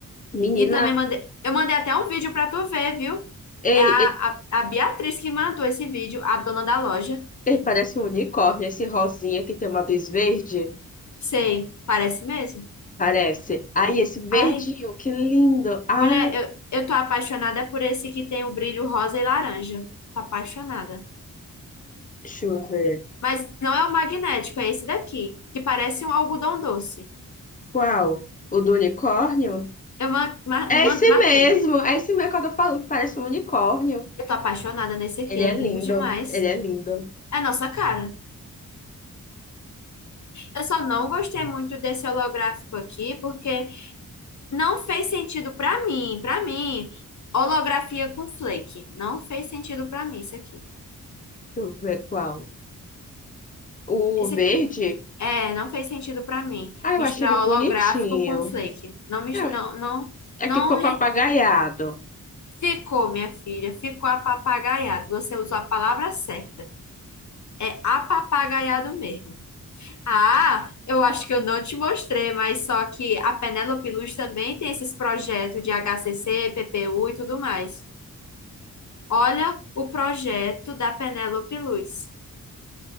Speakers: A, on the left (about 25°); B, on the left (about 60°).
A: Menina,
B: E também mandei, eu mandei até um vídeo pra tu ver, viu?
A: ei,
B: É a,
A: ei,
B: a, a Beatriz que mandou esse vídeo, a dona da loja.
A: ei, parece um unicórnio, esse rosinha que tem uma luz verde.
B: Sei, parece mesmo.
A: Parece. Aí, esse verdinho,
B: Ai,
A: que lindo. Ah,
B: mulher, eu, eu tô apaixonada por esse que tem o brilho rosa e laranja. Tô apaixonada.
A: deixa eu ver.
B: Mas não é o magnético, é esse daqui, que parece um algodão doce.
A: Qual? O do unicórnio?
B: Eu ma- ma-
A: É
B: ma-
A: esse
B: marquei.
A: mesmo. É esse mesmo que eu tô falando, que parece um unicórnio.
B: Eu tô apaixonada nesse aqui,
A: Ele
B: é
A: é
B: lindo
A: lindo.
B: demais.
A: Ele é lindo.
B: É a nossa cara. Eu só não gostei muito desse holográfico aqui, porque não fez sentido pra mim, Pra mim. Holografia com flake, não fez sentido pra mim isso aqui.
A: Deixa eu ver qual. O
B: Esse
A: verde?
B: aqui. É, não fez sentido pra mim
A: Ah, eu
B: misturar
A: achei ele bonitinho.
B: holográfico com flake. Não mis-
A: É,
B: não não
A: é
B: não
A: que ficou
B: re-
A: papagaiado.
B: ficou, minha filha, ficou apapagaiado. Você usou a palavra certa. É apapagaiado mesmo. Ah, eu acho que eu não te mostrei, mas só que a Penélope Luz também tem esses projetos de HCC, PPU e tudo mais. Olha o projeto da Penélope Luz.